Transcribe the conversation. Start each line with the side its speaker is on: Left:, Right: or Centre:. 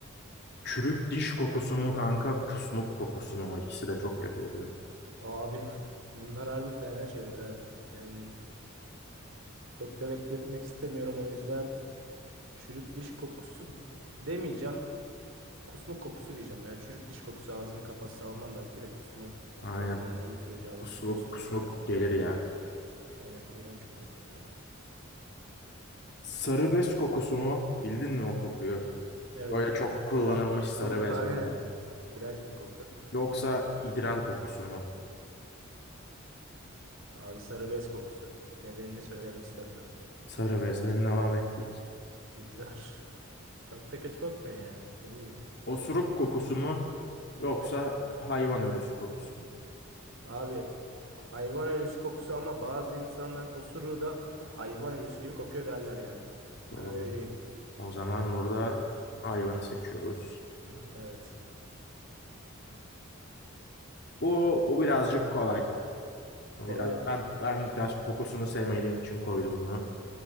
Left: Çürük diş kokusu mu kanka, kusmuk kokusu mu? O İkisi de çok kötü burada.
Right: Abi <laughs> bunlar harbi fena şeyler abi. Yani çok da bekletmek istemiyorum o yüzden çürük diş kokusu demeyeceğim. Kusmuk kokusu diyeceğim. Yani çürük diş kokusu ağzını kapatsa almam belki de kusmu
Left: Aynen.
Right: ortamda olduğu sürece alırım.
Left: Kusmuk
Right: Kusmuk
Left: kusmuk
Right: diyor.
Left: gelir ya.
Right: Aynen iğrenç olur ya.
Left: Sarı bez kokusu mu? Bildin mi o kokuyu?
Right: Evet
Left: Böyle
Right: böyle
Left: çok kullanılmış
Right: bayağı
Left: sarı
Right: ku
Left: bez
Right: <laughs> aynen.
Left: böyle.
Right: İğrenç bir koku.
Left: Yoksa idrar kokusu mu?
Right: Abi sarı bez kokusu. Nedenini söylemek istemiyorum.
Left: Sarı bezden devam ettik.
Right: İğrenç. Çok da kötü kokmuyor yani. Ne bileyim.
Left: Osuruk kokusu mu? Yoksa hayvan ölüsü kokusu mu?
Right: Abi hayvan ölüsü kokusu ama bazı insanların osuruğu da hayvan ölüsü gibi kokuyor derler yani.
Left: Doğru.
Right: Ben öyle diyeyim. <clears throat>
Left: O zaman burada hayvanı seçiyoruz.
Right: <laughs> Evet.
Left: Bu, bu birazcık kolay. Bu
Right: Kolay
Left: biraz
Right: mı?
Left: ben ben biraz kokusunu sevmediğim için koydum bunu.